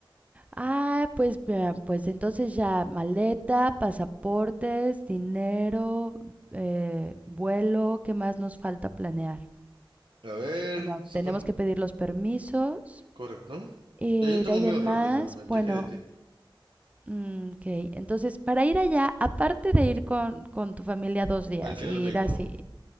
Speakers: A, on the right; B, on the right.
A: Ah, pues, vea, pues entonces ya maleta, pasaportes, dinero, eh, vuelo, ¿qué más nos falta planear?
B: A ver,
A: Bueno,
B: se
A: tenemos
B: pon-
A: que pedir los permisos
B: correcto.
A: y
B: Ya yo tengo
A: de ahí
B: el mío
A: en
B: ready
A: más,
B: realmente,
A: bueno,
B: ¿qué hay de ti?
A: Mm, ok, entonces para ir allá, aparte de ir con, con tu familia dos días
B: Alquilar
A: y
B: el vehículo.
A: ir así,